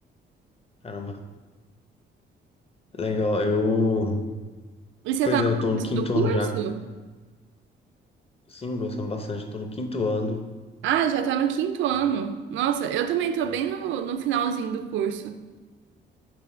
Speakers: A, on the left (about 30°); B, on the right (about 75°).
A: Caramba. Legal. Eu.
B: E você
A: Pois
B: tá no
A: é, eu tô
B: começo
A: no quinto
B: do curso?
A: ano já. Sim, gostando bastante. Tô no quinto ano.
B: Ah, já tá no quinto ano.
A: E-
B: Nossa, eu também tô
A: Isso.
B: bem no, no finalzinho do curso.